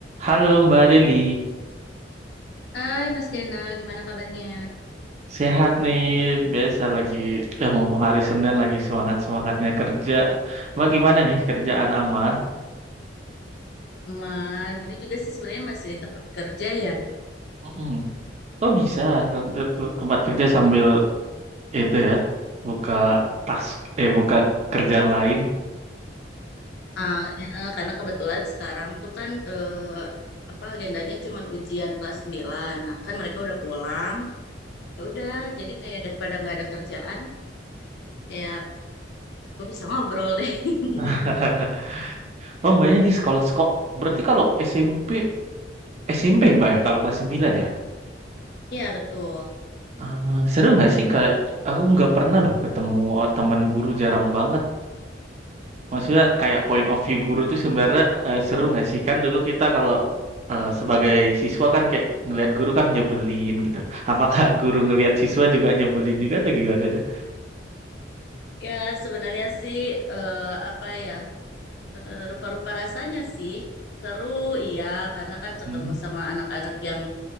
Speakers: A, on the right (about 35°); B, on the left (about 60°).
A: Halo Mbak Deli,
B: Hai Mas Gena, gimana kabarnya?
A: sehat nih. Biasa lagi, ya mumpung hari Senin lagi semangat-semangatnya kerja. Mbak gimana nih kerjaan aman?
B: Aman. Ini juga sih sebenarnya masih di tempat kerja ya.
A: Mm-mm. Oh bisa, sambil ke tempat kerja sambil itu ya, buka tas, eh buka kerjaan lain.
B: Ah, eh, eh, karena kebetulan sekarang tuh kan eh, apa agendanya cuman ujian kelas 9. Nah, kan mereka udah pulang. Ya udah, jadi kayak daripada nggak ada kerjaan, kayak gue bisa ngobrol deh. <laughs>
A: <laughs> Oh Mbaknya di sekolah sekolah, berarti kalau SMP, SMP Mbak ya, kalau kelas 9 ya?
B: Iya, betul.
A: Ah, seru nggak sih? Kayak aku nggak pernah loh ketemu teman guru, jarang banget. Maksudnya kayak point of view guru tuh sebenarnya eh, seru nggak sih? Kan dulu kita kalau eh, sebagai siswa kan kayak ngelihat guru kan nyebelin gitu. Apakah <laughs> guru ngelihat siswa juga nyebelin juga atau gimana dah?
B: Ya, sebenarnya sih eh, apa ya? eh, rupa-rupa rasanya sih seru, iya, karena kan ketemu
A: Hmm.
B: sama anak-anak yang